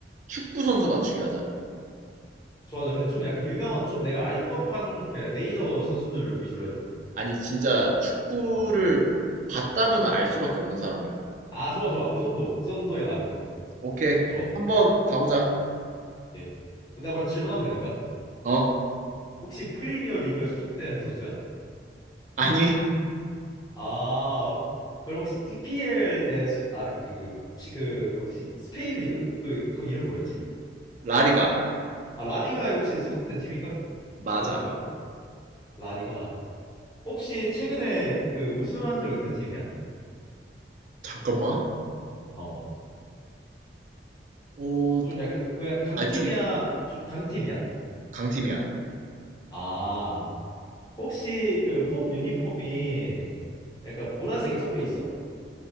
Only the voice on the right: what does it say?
축구 선수 맞추기 하자.
아니 진짜 축구를
봤다면
알 수밖에 없는 사람을 할게.
오케이.
한번 가보자.
어?
아니 <laughs>
라리가
맞아.
잠깐만.
어,
아, 좀
강팀이야.